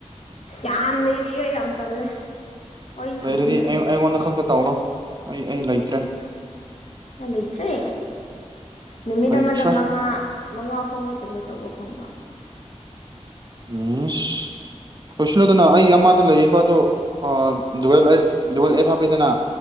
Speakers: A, on the left; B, on the right.
A: ꯌꯥꯝ ꯂꯩꯔꯌꯦ ꯌꯥꯝ ꯇꯜꯂꯦ ꯋꯥꯔꯤ ꯁꯥꯅꯤꯡꯗ꯭ꯔꯦ
B: ꯂꯩꯔꯗꯤ ꯑꯩ ꯑꯩꯉꯣꯟꯗ ꯈꯛꯇ ꯇꯧꯔꯣ ꯑꯩ ꯑꯩ ꯂꯩꯇ꯭ꯔꯦ
A: ꯅꯪ ꯂꯩꯠꯔꯦ ꯅꯨꯃꯤꯠ
B: ꯂꯩꯇ꯭ꯔꯦ
A: ꯑꯃꯗ
B: ꯏꯁ
A: ꯃꯉꯥ ꯃꯉꯥ ꯐꯥꯎ ꯉꯛꯇꯅꯦ ꯇꯧꯕ ꯐꯪꯕ
B: ꯎ <unintelligible> ꯂꯨꯁꯤꯜꯂꯨꯗꯅ ꯑꯩꯒꯤ ꯑꯃꯗ ꯂꯩꯔꯤꯕ ꯑꯗꯨꯋ ꯑꯦ ꯍꯥꯥꯞꯕꯤꯗꯅ